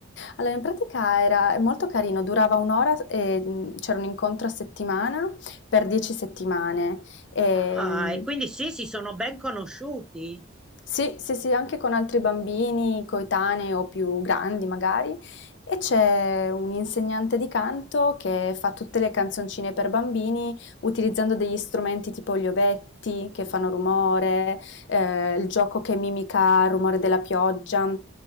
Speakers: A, on the left; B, in the centre.
A: Allora, in pratica era è molto carino, durava un'ora e mh, c'era un incontro a settimana per 10 settimane. E,
B: Ah,
A: mh,
B: e quindi sì, si sono ben conosciuti.
A: sì, sì, sì, anche con altri bambini coetanei o più grandi magari. E c'è un insegnante di canto che fa tutte le canzoncine per bambini utilizzando degli strumenti tipo gli ovetti che fanno rumore, eh, il gioco che mimica il rumore della pioggia.